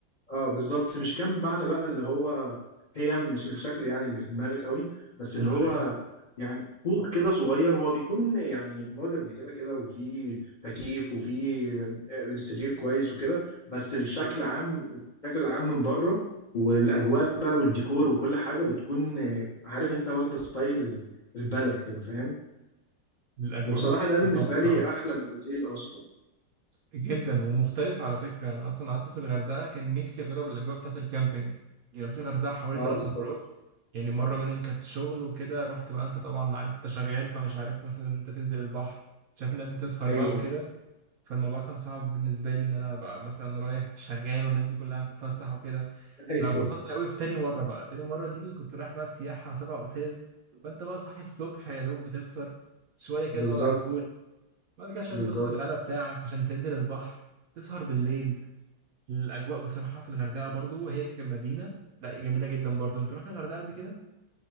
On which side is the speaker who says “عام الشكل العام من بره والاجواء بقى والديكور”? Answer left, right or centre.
Left